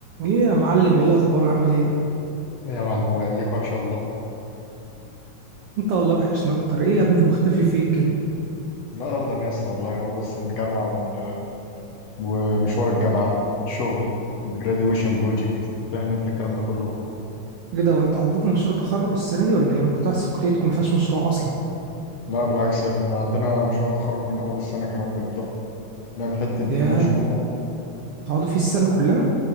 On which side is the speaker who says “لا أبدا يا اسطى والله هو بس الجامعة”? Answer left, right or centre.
Left